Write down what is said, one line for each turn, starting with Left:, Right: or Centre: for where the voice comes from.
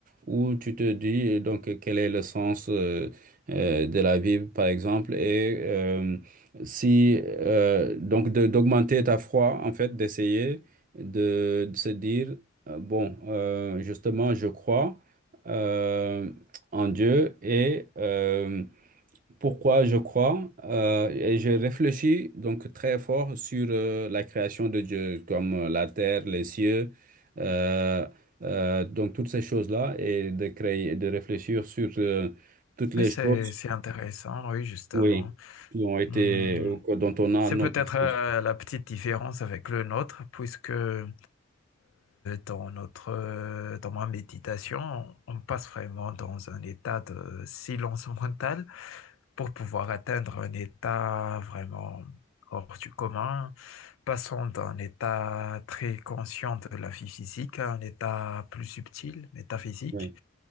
Right: où tu te dis euh, donc euh, quel est le sens euh, euh, de la vie, par exemple, et euh, si euh, donc de- d'augmenter ta foi, en fait, d'essayer de, de se dire euh, bon, euh, justement, je crois euh, en Dieu et euh, pourquoi je crois euh, et je réfléchis donc très fort sur euh, la création de Dieu, comme euh, la terre, les cieux, euh, euh, donc toutes ces choses-là, et de créer, de réfléchir sur euh, toutes les
Left: Oui, c'est
Right: choses,
Left: c'est intéressant, oui, justement.
Right: oui, qui ont été,
Left: Mmh.
Right: ou- dont on a
Left: C'est
Right: à notre
Left: peut-être
Right: disposition.
Left: euh, la petite différence avec le nôtre, puisque euh, dans notre, euh, dans ma méditation, on passe vraiment dans un état de silence <laughs> mental pour pouvoir atteindre un état vraiment hors du commun, passant d'un état très conscient de la vie physique à un état plus subtil, métaphysique,
Right: Oui.